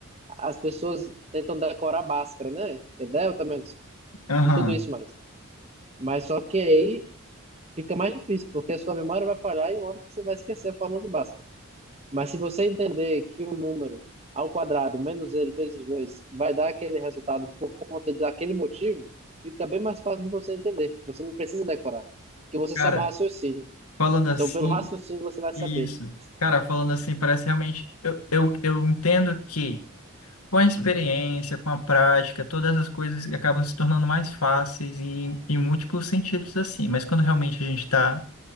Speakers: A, on the right; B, on the left.
A: as pessoas tentam decorar Bhaskara, né? Que é delta menos
B: aham.
A: e tudo isso mais. Mas só que aí fica mais difícil, porque a sua memória vai falhar e uma hora você vai esquecer a fórmula de Bhaskara. Mas se você entender que um número ao quadrado menos ele vezes 2 vai dar aquele resultado por conta daquele motivo, fica bem mais fácil de você entender. Você não precisa decorar, porque você
B: Cara,
A: sabe o raciocínio.
B: falando assim.
A: Então, pelo raciocínio, você vai saber.
B: Isso.
A: <laughs>
B: Cara, falando assim, parece realmente. Eu, eu, eu entendo que com a experiência, com a prática, todas as coisas acabam se tornando mais fáceis e em múltiplos sentidos assim. Mas quando realmente a gente tá,